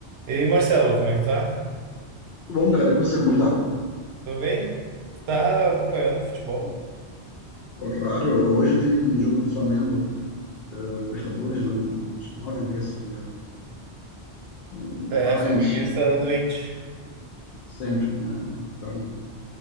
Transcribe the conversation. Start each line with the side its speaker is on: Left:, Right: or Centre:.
Right: E aí, Marcelo, como é que tá?
Left: Tudo bom, cara? E com você, como é que tá?
Right: Tudo bem? Tá acompanhando o futebol?
Left: Ó, Claro, hoje tem um jogo do Flamengo, eh, Libertadores, né? Nove e meia, se não me engano. Hum,
Right: É,
Left: Lá na
Right: flamenguista
Left: Argentina,
Right: doente.
Left: sempre, né? Então,